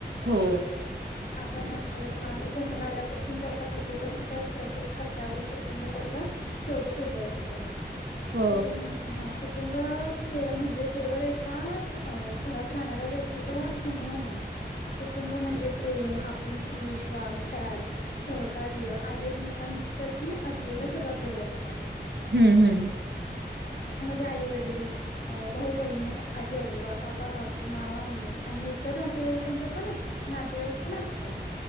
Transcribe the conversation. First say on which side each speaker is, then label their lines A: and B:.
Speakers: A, on the right; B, on the left.
A: हो
B: आपण परत माणूस जन्मला आल्यापासून त्याच्या मृत्यूपर्यंत प्रत्येक टप्प्यावर कुठ कुटुंब त्याच्या सोबत उभे असते
A: हो
B: कुटुंब हा कुटुंब म्हणजे केवळ एकाच घरात राहणाऱ्या व्यक्ती तीचा समूह नाही कुटुंब म्हणजे प्रेम आपुलकी विश्वास त्याग सहकार्य आणि एकमेकांवर त असलेल्या जबाबदारी असतात.
A: हम्म हम्म
B: मध्ये आई वडील अ भाऊ बहीण आजी आजोबा काका काकू मामा मामी आणि इतर नातेवाईकांचा पण नाते वाईक पण असतात.